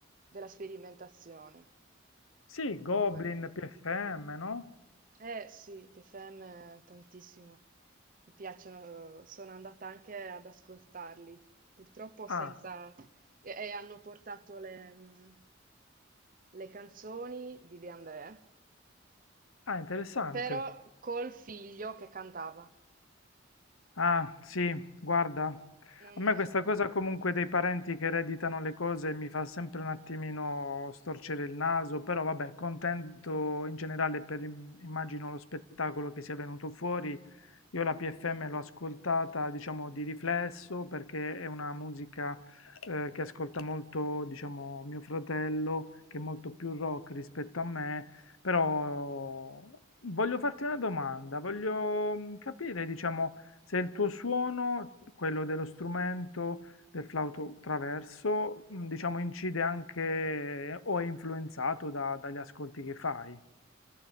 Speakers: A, on the right; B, on the left.
A: della sperimentazione,
B: Sì,
A: comunque.
B: Goblin, PFM, no?
A: Eh sì, TFM tantissimo, mi piacciono, sono andata anche ad ascoltarli, purtroppo senza...
B: Ah,
A: e, e hanno portato le, mm, le canzoni di De André
B: ah, interessante.
A: Però col figlio che cantava.
B: Ah, sì, guarda, a
A: Non...
B: me
A: <laughs>
B: questa cosa comunque dei parenti che ereditano le cose mi fa sempre un attimino storcere il naso, però vabbè, contento in generale per im- immagino lo spettacolo che sia venuto fuori. Io la PFM l'ho ascoltata, diciamo, di riflesso perché è una musica eh, che ascolta molto, diciamo, mio fratello, che è molto più rock rispetto a me. Però voglio farti una domanda, voglio mm, capire, diciamo, se il tuo suono, quello dello strumento, del flauto traverso, mh, diciamo incide anche o è influenzato da- dagli ascolti che fai.